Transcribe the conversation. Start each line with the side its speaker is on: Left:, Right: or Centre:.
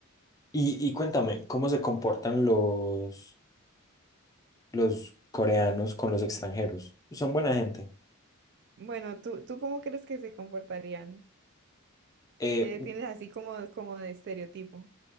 Left: Y, y cuéntame, ¿cómo se comportan los, los coreanos con los extranjeros? ¿Son buena gente?
Right: Bueno, ¿tú, tú cómo crees que se comportarían?
Left: Eh,
Right: ¿Qué tienes así como, como de estereotipo?